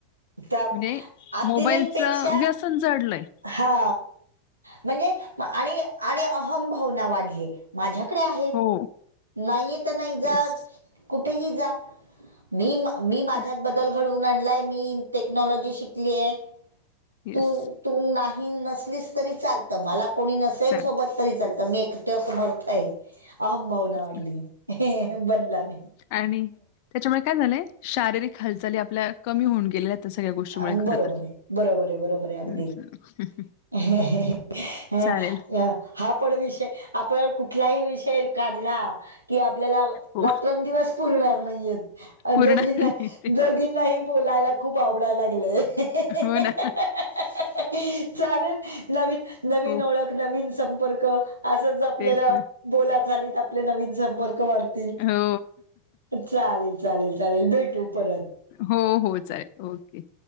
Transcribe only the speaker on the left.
म्हणजे
मोबाईलचं व्यसन जडलंय
हो.
येस,
येस,
येस.
चालेल,
चालेल.
आणि त्याच्यामुळे काय झालंय शारीरिक हालचाली आपल्या कमी होऊन गेलेल्या आहेत. त्या सगळ्या गोष्टीमुळे
खर
तर.
हम्म.
चालेल
हो.
पुरणार
नाही तेच
ना.
हो ना
हो
तेच ना
हो.
हो हो चालेल ओके.